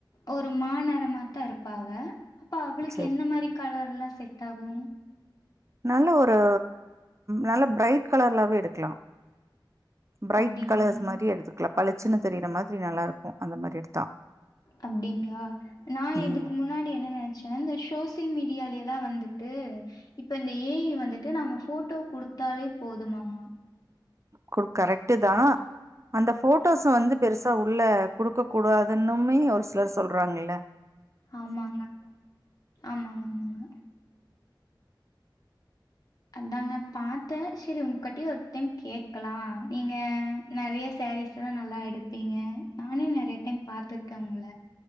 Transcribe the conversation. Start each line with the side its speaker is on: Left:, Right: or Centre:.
Left: ஒரு மா நெறமாத்தா இருப்பா அவ அப்ப அவளுக்கு
Right: செரி
Left: என்ன மாரி கல ல்லா செட் ஆகு
Right: நல்ல ஒரு நல்ல பிரைட் கலர்லாவே எடுக்லா ப்ரைட்
Left: அப்டிங்களா
Right: கலர்ஸ் மாரி எடுத்துக்லா பளிச்சின்னு தெரியிற மாதிரி நல்லாருக்கு அந்த மாரி எடுத்தா
Left: அப்டிங்ளா நா
Right: ம்
Left: இதுக்கு முன்னாடி என்ன நெனைச்சேனா இந்த ஷோ சியல் மீடியாலை எல்லா வந்துட்டு இப்ப இந்த ஏ ஐ வந்துட்டு நாம ஃபோட்டோவ குடுத்தாலே போது ஆமா
Right: கு கரெக்ட்டு தா அந்த ஃபோ ட்டோஸ வந்து பெருசா உள்ள குடுக்க கூடாதுன்னுமே ஒரு சிலர் சொல்றாங்கள்ல
Left: ஆமாங்க ஆமாங்க ஆமாங்க அதாங்க பாத்தே செரி உங்கட்டியு ஒரு டைம் கேக்கலா நீங்க நறைய சே ரீஸ்லா நல்லா எடுப்பீங்க நானு நெறைய டைம் பாத்துக்கே உங்கள